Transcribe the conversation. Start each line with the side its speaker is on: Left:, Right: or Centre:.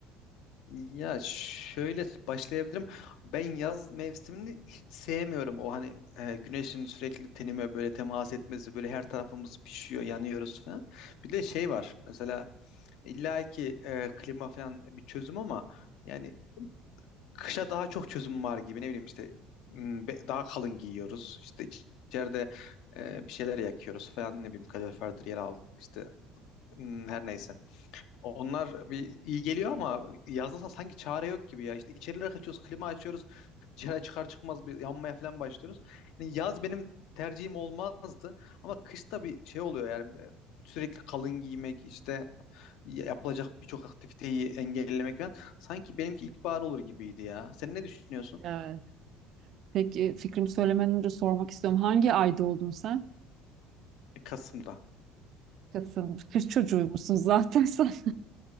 Left: Ya şöyle başlayabilirim. Ben yaz mevsimini hiç sevmiyorum. O hani e, güneşin sürekli tenime böyle temas etmesi, böyle her tarafımız pişiyor, yanıyoruz falan. Bir de şey var. Mesela illa ki e, klima falan bir çözüm ama yani kışa daha çok çözüm var gibi. Ne bileyim işte m, be- daha kalın giyiyoruz. İşte iç- içeride e, bir şeyler yakıyoruz falan. Ne bileyim kaloriferdir, yer altı işte m, her neyse. Onlar bir iyi geliyor ama yazda sa- sanki çare yok gibi ya. İşte içerilere kaçıyoruz, klima açıyoruz. Dışarı çıkar çıkmaz bir yanmaya falan başlıyoruz. Yani yaz benim tercihim olmazdı ama kışta bir şey oluyor yani. e, Sürekli kalın giymek işte yapılacak birçok aktiviteyi engellemek falan. Sanki benimki ilkbahar olur gibiydi ya. Sen ne düşünüyorsun?
Right: Evet. Peki fikrimi söylemeden önce sormak istiyorum. Hangi ayda oldun sen?
Left: Kasım'da.
Right: Kasım. Kış çocuğuymuşsun zaten <laughs> sen.